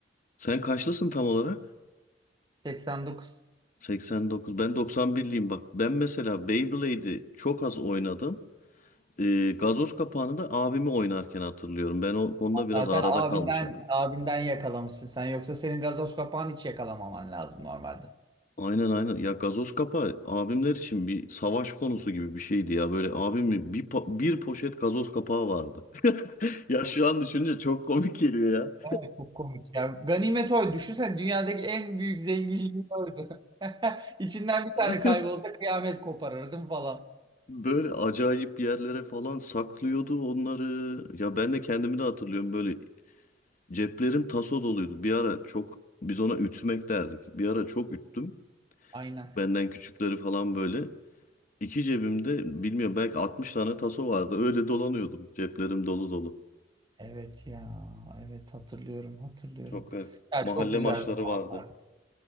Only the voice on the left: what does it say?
Sen kaçlısın tam olarak?
89. Ben 91'liyim bak. Ben mesela Beyblade'i çok az oynadım. Ee, gazoz kapağını da abimi oynarken hatırlıyorum. Ben o konuda biraz
arada
kalmışım.
Aynen aynen. Ya gazoz kapağı abimler için bir savaş konusu gibi bir şeydi ya. Böyle abimin bir, po- bir poşet gazoz kapağı vardı. <laughs> Ya şu an düşününce çok komik geliyor ya.
<laughs>
Böyle acayip yerlere falan saklıyordu onları. Ya ben de kendimi de hatırlıyorum böyle ceplerim taso doluydu. Bir ara çok biz ona ütmek derdik. Bir ara çok üttüm.
Benden küçükleri falan böyle. İki cebimde bilmiyorum belki 60 tane taso vardı. Öyle dolanıyordum. Ceplerim dolu dolu.
Çok garip.
Mahalle
maçları
vardı.